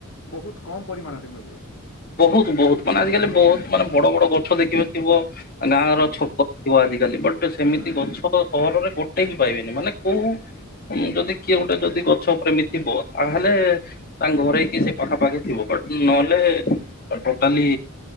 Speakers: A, on the left; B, on the left.
A: ବହୁତ କମ୍ ପରିମାଣରେ ମିଳିବ।
B: ବହୁତ ବହୁତ ମାନେ ଆଜିକାଲି ବହୁତ ମାନେ ବଡ ବଡ ଗଛ ଦେଖିବ ଥିବ ଗାଁର
A: ହୁଁ
B: ଛକ ଥିବ ଆଜିକାଲି ବଟ୍ ସେମିତି
A: ହୁଁ
B: ଗଛ ତ ସହରରେ ଗୋଟେ ବି ପାଇବେନି ମାନେ କୋଉ ଯଦି କିଏ ଗୋଟେ ଯଦି ଗଛ ପ୍ରେମୀ ଥିବ ଆହେଲେ
A: ହୁଁ।
B: ତାଙ୍କ ଘରେ କି ସେ ପାଖା ପାାଖି ଥିବ ବଟ ନଅଲେ ଆଉ ଟୋଟାଲି